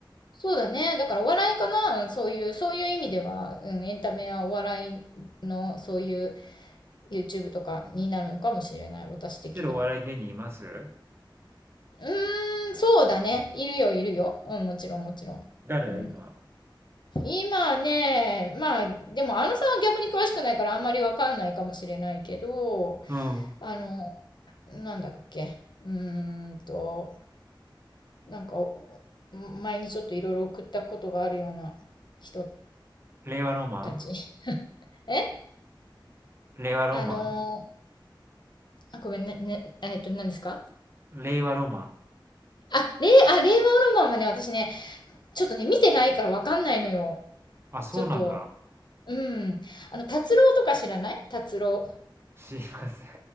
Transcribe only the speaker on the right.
来てるお笑い芸人います？
誰？
今。
うん。
令和ロマン？
令和ロマン？
令和ロマン。
あ、そうなんだ。
知りません。